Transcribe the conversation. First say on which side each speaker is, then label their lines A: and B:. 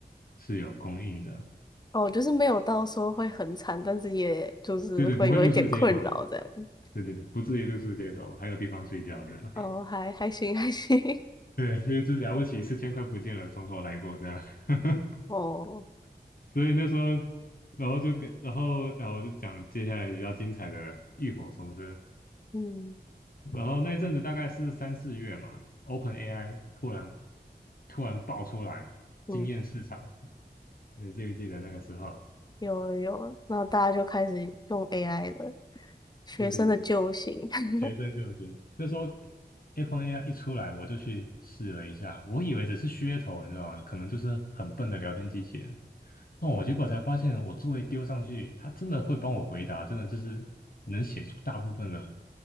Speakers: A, on the left; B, on the left.
A: 是有供应的。
B: 哦，就是没有到说会很惨，但是也就是会有一点困扰这样。
A: 对对，不会露宿街头。对对对，不至于露宿街头，还有地方睡觉这样。
B: 哦，还还行还行。
A: 对，所以就了不起，四千块不见了，从头来过这样。<laughs>
B: <laughs> 哦，
A: 所以那时候，然后就跟，然后，然后我就讲接下来比较精彩的浴火重生。
B: 嗯
A: 然后那阵子大概是三四月嘛，OpenAI 突然突然爆出来惊艳市场，
B: 嗯，
A: 你记不记得那个时候？
B: 有了有了，然后大家就开始用 AI 了，学生的救星。
A: 对对对，
B: <laughs>
A: 学生就行。那时候 a p e n a i 一出来，我就去试了一下，我以为只是噱头，你知道吗？可能就是很笨的聊天机器人。哦，我结果才发现，我作业丢上去，它真的会帮我回答，真的就是能写出大部分的